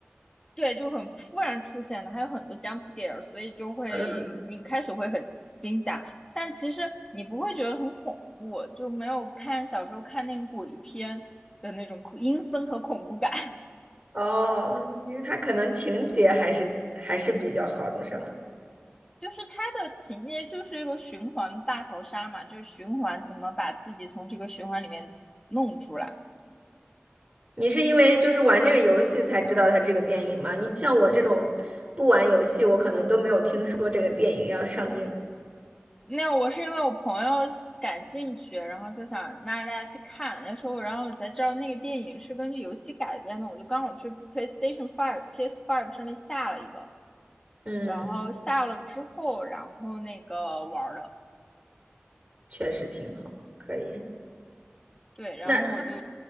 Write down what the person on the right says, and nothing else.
嗯，
哦，因为他可能情节还是还是比较好的，是吧？
你是因为就是玩这个游戏才知道它这个电影吗？你像我这种不玩游戏，我可能都没有听说这个电影要上映。
嗯，
确实挺好，可以。
那